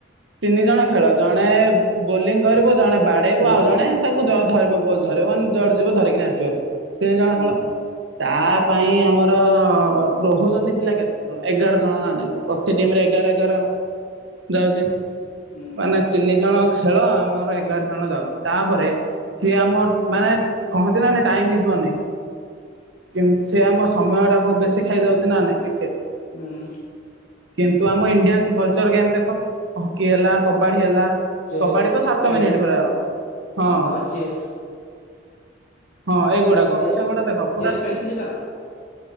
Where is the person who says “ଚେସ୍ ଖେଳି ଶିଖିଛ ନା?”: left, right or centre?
Left